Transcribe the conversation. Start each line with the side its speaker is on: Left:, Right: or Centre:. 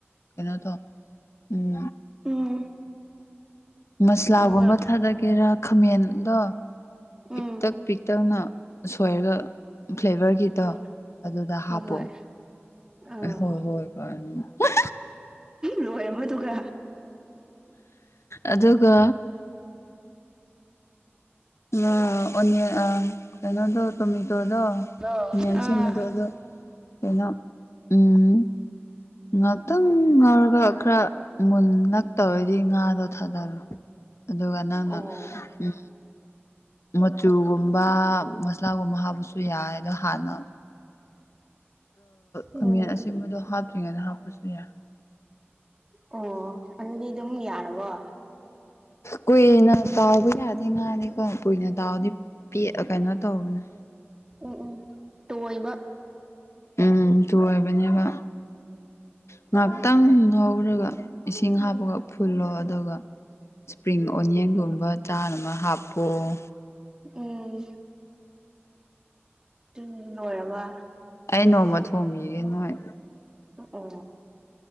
Left: ꯀꯩꯅꯣ ꯇꯣ ꯎꯝ
Right: ꯎꯝ
Left: ꯃꯁ꯭ꯂꯥꯒꯨꯝꯕ
Right: ꯑꯗꯨꯒ
Left: ꯊꯥꯗ ꯀꯦꯔ ꯈꯥꯃꯦꯟꯗꯣ
Right: ꯎꯝ
Left: ꯄꯤꯛꯇꯛ ꯄꯤꯛꯇꯛ ꯁꯣꯏꯔꯒ ꯐ꯭ꯂꯦꯚꯔꯒꯤꯗꯣ
Right: ꯍꯣꯏ
Left: ꯑꯗꯨꯗ
Right: ꯍꯣꯏ
Left: ꯍꯥꯞꯄꯣ
Right: ꯍꯣꯏ ꯑꯥ
Left: <unintelligible>
Right: ꯂꯣꯏꯔꯝꯕꯣ ꯑꯗꯨꯒ
Left: ꯑꯗꯨꯒ ꯑꯣꯅ꯭ꯌꯟ ꯑ ꯀꯩꯅꯣꯗꯣ ꯇꯣꯃꯦꯇꯣꯗꯣ
Right: ꯑꯥ
Left: ꯈꯥꯃꯦꯟ ꯑꯁꯤꯟꯕꯗꯣ ꯑꯗꯣ ꯀꯩꯅꯣ ꯎꯝ ꯉꯥꯛꯇꯪ ꯉꯧꯔꯒ ꯈꯔ ꯃꯨꯟꯂꯛ ꯇꯧꯔꯗꯤ ꯉꯥꯗꯣ ꯊꯥꯗꯔꯣ ꯑꯗꯨꯒ ꯅꯪꯅ
Right: ꯑꯣ
Left: ꯎꯝ ꯃꯆꯨꯒꯨꯝꯕ ꯃꯁꯂꯥꯒꯨꯝꯕ ꯍꯥꯞꯄꯁꯨ ꯌꯥꯏ ꯑꯗꯣ ꯍꯥꯟꯅ ꯈꯃꯦꯟ
Right: ꯎꯝ
Left: ꯑꯁꯤꯕꯗꯣ ꯍꯥꯞꯇ꯭ꯔꯤꯉꯩꯗ ꯍꯥꯞꯄꯁꯨ ꯌꯥꯏ
Right: ꯑꯣ ꯑꯗꯨꯗꯤ ꯑꯗꯨꯝ ꯌꯥꯔꯕꯣ
Left: ꯀꯨꯏꯅ ꯇꯥꯎꯕ ꯌꯥꯗ ꯉꯥꯅꯤ ꯀꯣ ꯀꯨꯏꯅ ꯇꯥꯎꯗꯤ ꯄꯦꯠ ꯀꯩꯅꯣ ꯇꯧꯕꯅꯦ
Right: ꯎꯝ ꯎꯝ ꯇꯣꯏꯕ
Left: ꯎꯝ ꯆꯣꯏꯕꯅꯦꯕ ꯉꯍꯥꯛꯇꯪ
Right: ꯎꯝ
Left: ꯉꯧꯔꯒ ꯏꯁꯤꯡ ꯍꯥꯞꯄꯒ ꯐꯨꯜꯂꯣ ꯑꯗꯨꯒ ꯏꯁꯄ꯭ꯔꯤꯡ ꯑꯣꯅꯤꯌꯟꯒꯨꯝꯕ ꯆꯥꯅꯕ ꯍꯥꯞꯄꯣꯑꯣ
Right: ꯎꯝ ꯇꯤ ꯂꯣꯏꯔꯕ
Left: ꯑꯩ ꯅꯣꯡꯃ ꯊꯣꯡꯕꯤꯒꯦ ꯅꯣꯏ
Right: ꯑꯣ